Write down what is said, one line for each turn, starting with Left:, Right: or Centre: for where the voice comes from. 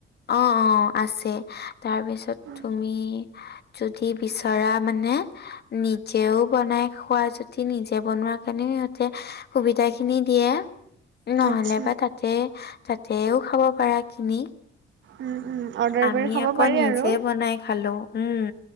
Left: অ অ আছে তাৰপিছত
Right: উম,
Left: তুমি যদি বিচৰা মানে নিজেও বনাই খোৱা জোতি নিজে বনোৱা কাৰণেও সিহঁতে সুবিধা খিনি দিয়ে। নহলে
Right: আচ্ছা
Left: বা তাতে তাতেও খাব পাৰা কিনি।
Right: উম উম অৰ্ডাৰ
Left: আমি
Right: কৰি খাব
Left: আকৌ
Right: পাৰি
Left: নিজে
Right: আৰু
Left: বনাই খালো। উম